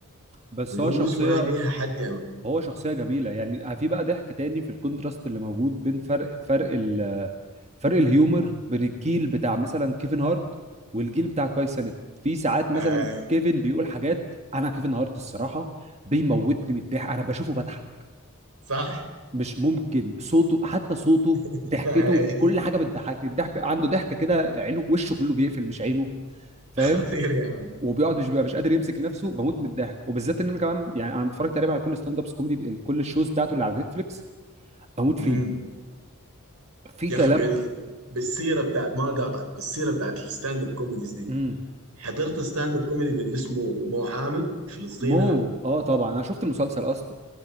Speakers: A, on the right; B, on the right.
A: بس
B: فلوس
A: هو شخصية
B: ما ليها حد يا مان
A: هو شخصية جميلة يعني في بقى ضحك تاني في الكونتراست اللي موجود بين فرق فرق ال فرق الهيومر بين الجيل بتاع مثلا كيفن هارت والجيل بتاع كاي سينت في ساعات مثلا
B: آي
A: كيفن بيقول حاجات انا كيفن هارت الصراحة بيموتني من الضحك انا بشوفه بضحك
B: صح
A: مش ممكن صوته حتى صوته
B: <laughs>
A: ضحكته
B: آي
A: كل حاجه بتضحكني الضحك عنده ضحكه كده عينه وشه كله بيقفل مش عينه فاهم
B: خطير يا مان
A: وبيقعد مش بيبقى مش قادر يمسك نفسه بموت من الضحك وبالذات ان انا كمان يعني انا متفرج تقريبا على كل ستاند ابس كوميدي كل الشوز بتاعته اللي على نتفليكس بموت
B: مم.
A: فيه في
B: يا
A: كلام
B: اخي بال... بالسيره بتاعت ما قاطعك بالسيره بتاعت الستاند اب كوميديز دي
A: امم
B: حضرت ستاند اب كوميدي اللي اسمه مو عامر الفلسطيني
A: مو
B: ده
A: اه طبعا انا شفت المسلسل اصلا